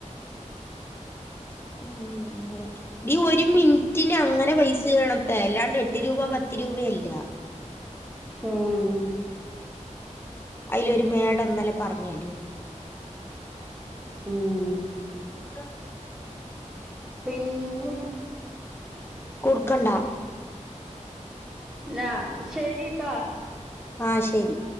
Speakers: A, on the left; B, on the right.
A: ഉം അങ്ങനെ ടി ഒരു മിനിറ്റിന് അങ്ങനെ പൈസ വീണത്ത അല്ലാണ്ട് എട്ട് രൂപ പത്ത് രൂപയല്ല
B: ഉം
A: അയിലൊരു മാഡം ഇന്നലെ പറഞ്ഞല്ലോ.
B: ഉം
A: ആ
B: പിന്നെ
A: കൊടുക്കണ്ട
B: ന്നാ ശരിട്ടാ
A: ആഹ് ശരി